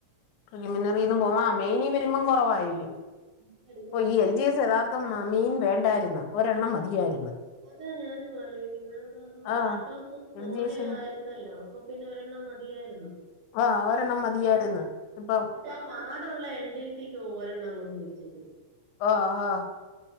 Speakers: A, on the left; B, on the right.
A: പ്രിലിമിനറിന്ന്
B: അപ്പൊ പിന്നെ
A: പോവാ, ആ മെയ്നി
B: കൊറച്ച്
A: വരുമ്പോ
B: ലിസ്റ്റ്
A: കൊറവായിരിക്കും
B: അല്ല ലിസ്റ്റ് എടുക്കുമ്പോ
A: ഓ ഈഎൽജി
B: കുറവായിരിക്കും
A: എസ് യഥാർത്ഥം മീൻ വേണ്ടായിരുന്ന്. ഒരെണ്ണം മതിയായിരുന്നു
B: അതാ ഞാനും ആലോചിക്കുന്നത് <unintelligible>
A: ആഹ്
B: കട്ടോഫ് തോനെ
A: എൽ ജി എസിന്
B: ആയിരുന്നല്ലോ അപ്പൊ പിന്നെ ഒരെ ണ്ണം മതിയായിരുന്നു
A: ആഹ് ഒരെണ്ണം മതിയായിരുന്നു ഇപ്പം
B: എന്നിട്ട് ആ <unintelligible> എൽ ഡി സി ക്ക് ഒരെണ്ണം കൊണ്ട് വെച്ചെക്കുന്നു <inaudible>
A: ആ ഹാ